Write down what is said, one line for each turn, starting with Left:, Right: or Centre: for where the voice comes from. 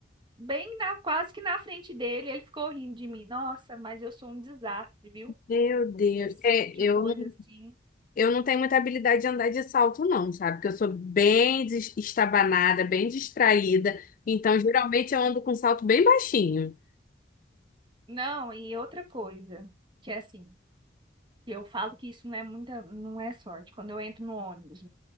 Right: bem na, quase que na frente dele. Ele ficou rindo de mim. Nossa, mas eu sou um desastre, viu?
Left: Meu Deus.
Right: Esse
Left: É,
Right: tipo de
Left: eu
Right: coisa
Left: não,
Right: assim.
Left: eu não tenho muita habilidade de andar de salto, não, sabe? Porque eu sou bem des- estabanada, bem distraída. Então, geralmente, eu ando com salto bem baixinho.
Right: Não, e outra coisa, que é assim, eu falo que isso não é muita, não é sorte. Quando eu entro no ônibus,